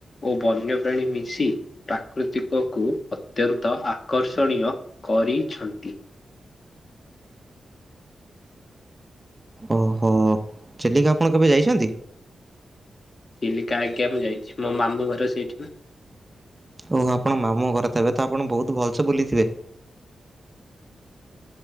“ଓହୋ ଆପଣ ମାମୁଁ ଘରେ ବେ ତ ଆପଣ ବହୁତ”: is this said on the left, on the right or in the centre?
Right